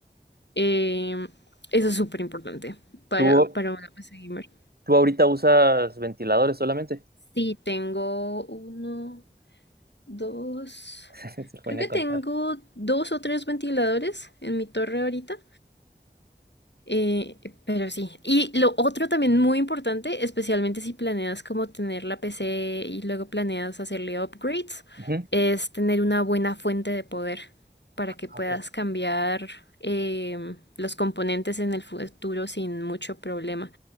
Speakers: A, on the left; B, on the right.
A: Eh, eso es súper importante para,
B: ¿Tú,
A: para una PC gamer.
B: tú ahorita usas ventiladores solamente?
A: Sí, tengo uno, dos,
B: <laughs> Se
A: creo
B: pone
A: que
B: a contar.
A: tengo dos o tres ventiladores en mi torre ahorita. Eh, pero sí. Y lo otro también muy importante, especialmente si planeas como tener la PC y luego planeas hacerle upgrades,
B: Ujú.
A: es tener una buena fuente de poder para
B: Ah,
A: que puedas
B: ok.
A: cambiar em, los componentes en el futuro sin mucho problema.